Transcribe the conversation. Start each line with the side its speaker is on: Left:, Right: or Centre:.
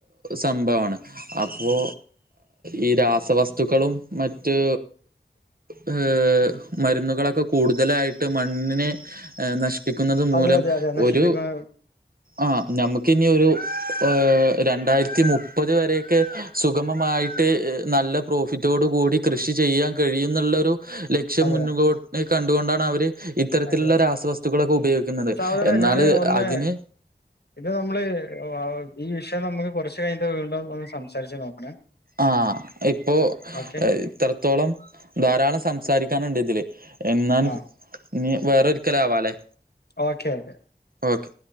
Right: സംഭവമാണ് അപ്പോ ഈ രാ രാസവസ്തുക്കളും മറ്റ് ഏ മരുന്നുകളൊക്കെ കൂടുതലായിട്ട് ട്ട് മണ്ണിനെ നശി പ്പിക്കുന്നത് മൂലം
Left: അതെ അതെ അതെ നശിപ്പിക്കുന്ന
Right: ഒരു ആ നമുക്ക് ഇനി ഒരു ഏഹ് രണ്ടായിരത്തി മുപ്പത് വരെയൊക്കെ സുഗമമായിട്ട് നല്ല പ്രോഫിറ്റോട് കൂടി കൃഷി ചെയ്യാൻ കഴിയും എന്നുള്ളൊരു ലക്ഷ്യം
Left: അതെ
Right: മുൻമ്പോട്ട് കണ്ടുകൊണ്ടാണ് അവര് ഇത്തരത്തിലുള്ള
Left: അതെ
Right: രാസവസ്തുക്കളൊക്കെ ഉപയോഗിക്കുന്നത്
Left: സഹോദര
Right: എന്നാല്
Left: ഞാന് ഒന്ന്
Right: അതിന്
Left: ഇത് നമ്മള് ഈ വിഷയം നമുക്ക് കുറച്ച് കഴിഞ്ഞ് വീണ്ടോന്ന് സംസാരിച്ച് നോക്ക
Right: ആ ഇപ്പോ
Left: ഓക്കെ
Right: ഇത്രത്തോളം ധാരാളം സംസാരിക്കാനുണ്ട് ഇതില് എന്ന
Left: ആ
Right: ഇനി വേറൊരിക്കല് ആവാല്ലേ
Left: ഓക്കെ ഓക്കെ
Right: ഓക്കെ